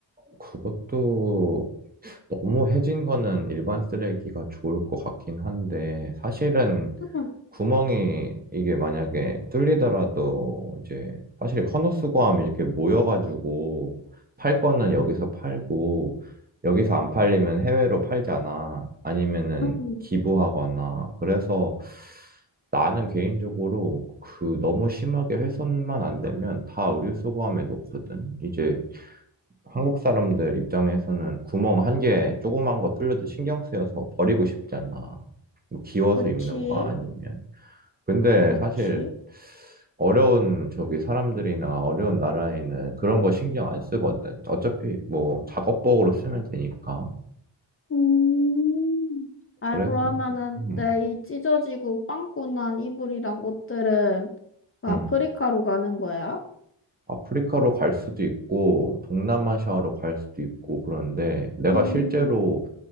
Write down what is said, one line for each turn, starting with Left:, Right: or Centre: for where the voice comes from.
Right: 그것도 너무 해진 거는 일반 쓰레기가 좋을 것 같긴 한데 사실은
Left: 응,
Right: 구멍이 이게 만약에 뚫리더라도 이제 사실 헌옷수거하면 이렇게 모여가지고 팔 거는 여기서 팔고 여기서 안 팔리면 해외로 팔잖아. 아니면은
Left: 응.
Right: 기부하거나. 그래서 나는 개인적으로 그 너무 심하게 훼손만 안 되면 다 의류수거함에 놓거든. 이제 한국 사람들 입장에서는 구멍 한 개 조그만 거 뚫려도 신경 쓰여서 버리고 싶잖아. 뭐 기워서
Left: 그치,
Right: 입는 거 아니면. 근데
Left: 그치.
Right: 사실 어려운 저기 사람들이나 어려운 나라에는 그런 거 신경 안 쓰거든. 어차피 뭐 작업복으로 쓰면 되니까.
Left: 음. 아,
Right: 그래서
Left: 그러면은
Right: 음,
Left: 내 이 찢어지고 빵꾸난 이불이랑 옷들은 그
Right: 음.
Left: 아프리카로 가는 거야?
Right: 아프리카로 갈 수도 있고 동남아시아로 갈 수도 있고 그런데 내가
Left: 음,
Right: 실제로